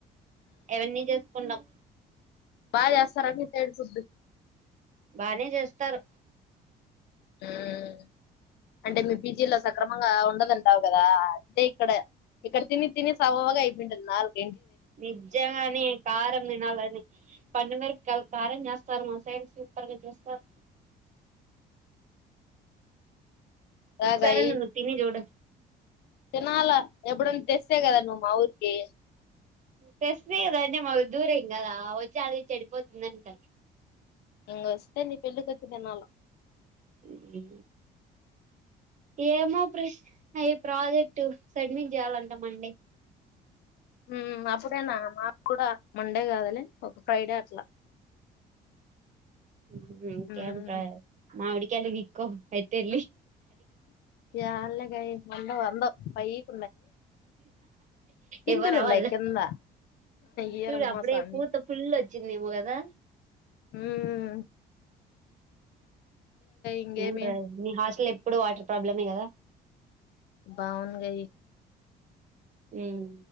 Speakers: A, on the right (about 45°); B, on the left (about 75°).
A: ఎవన్నీ చేసుకుంటాం
B: బా చేస్తారా మీ సైడ్ ఫుడ్
A: బానే చేస్తారు
B: ఉమ్ అంటే మీ పీజీలో సక్రమంగా ఉండదన్ అంటావు కదా అంటే ఇక్కడ ఇక్కడ తిని తిని సవ్వగా అయిపోంటుంది నాలుక్
A: నిజంగానే కారం తినాలనే పండు మెరప్ కాల్ కారం చేస్తారు మా సైడ్ సూపర్గా చేస్తారు
B: తాగాయి
A: ఒక సారి అన్న నువ్ తిని చూడు
B: తినాలా ఎప్పుడున్నా తెస్తసే కదా నువ్వు మా ఊరికి
A: తెస్తేకదా అంటే మా దూరేం కదా వచ్చలకు అది చెడిపోతుంది అని అందుకని
B: ఇంగోస్తే నీ పెళ్ళికి వచ్చిదినాలా
A: ఉ ఏమో ప్రస్ అయి ప్రాజెక్ట్ సడ్మిట్ చేయాలంటా మండే
B: ఉమ్ అప్పుడేనా మాకు కూడా మండే కాదలే ఒక ఫ్రైడే అట్లా
A: ఉమ్ ఇంకేం
B: ఉమ్,
A: ప్రస్ మామిడికాయిలు పిక్కో అయితే ఏళ్ళి
B: యాల్లె గాయి అందవ్ అందవ్ పైక్ పిందులు
A: ఇవ్వరా
B: ఉన్నాయి
A: వాళ్ళు
B: కింద ఈయరమ్మ
A: చూడు అప్పుడే
B: సామి
A: పూత ఫుల్ వచ్చిందేమో కదా
B: ఉమ్ ఇంగేమి
A: ఏం ప్రస్ మీ హాస్టల్లో ఎప్పుడు వాటర్ ప్రాబ్లమే కదా
B: బా అవును గాయి
A: ఉమ్